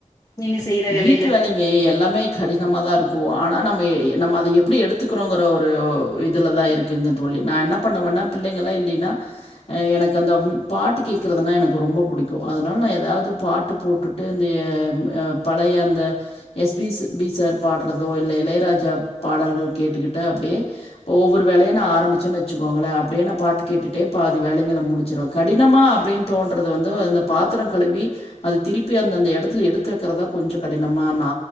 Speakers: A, on the left; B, on the left.
A: நீங்க செய்யற வேலையில
B: வீட்டு வேலைங்க எல்லாமே கடினமாதாருக்கும் ஆனா நம் ய் நம்ம அத எப்டி எடுத்துக்கிறோங்கிற ஒரு இதுலதா இருக்குங்க தோழி நா என்ன பண்ணுவன்னா பிள்ளைங்கள்லா இல்லினா எனக்கு அந்த பாட்டு கேட்கறதுன்னா எனக்கு ரொம்ப புடிக்கும் அதனால நா ஏதாவது பாட்டு போட்டுட்டு அந்த ஆ பலய அந்த எஸ் பி பி சார் பாட்றதோ இல்ல இளையராஜா பாடல்கள் கேட்டுக்கிட்டு அப்டே ஒவ்வொரு வேலய நா ஆரம்பிச்சேன் வச்சுக்கோங்களே அப்டே நான் பாட்டு கேட்டுட்டே பாதி வேலங்கள முடிச்சிர்ரொ கடினமா அப்படின் தோன்றது வந்து அந்த பாத்திரம் கழுவி அது திருப்பி அந் அந்த எடத்துல எடுத்து வக்கிறதா கொஞ்ச கடினமா நா